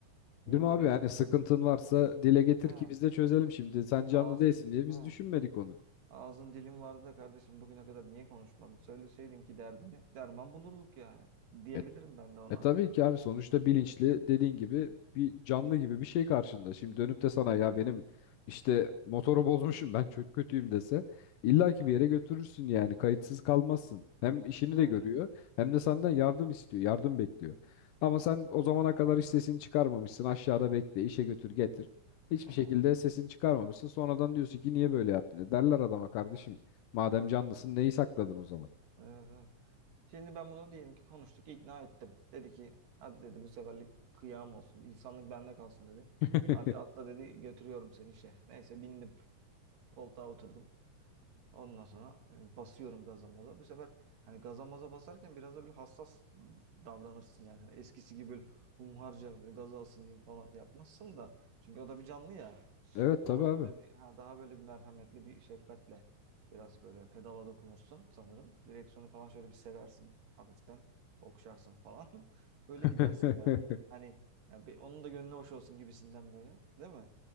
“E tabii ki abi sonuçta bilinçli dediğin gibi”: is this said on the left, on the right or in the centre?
Left